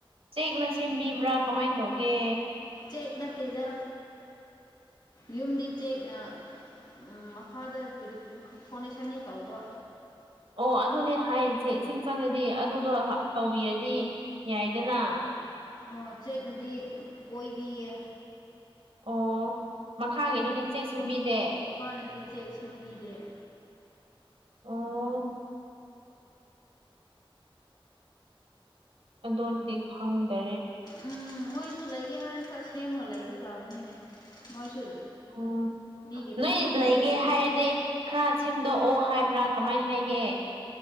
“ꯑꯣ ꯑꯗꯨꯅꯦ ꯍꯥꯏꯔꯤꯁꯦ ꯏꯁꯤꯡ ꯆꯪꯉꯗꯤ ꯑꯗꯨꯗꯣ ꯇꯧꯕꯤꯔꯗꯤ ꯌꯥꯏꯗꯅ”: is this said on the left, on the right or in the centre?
Right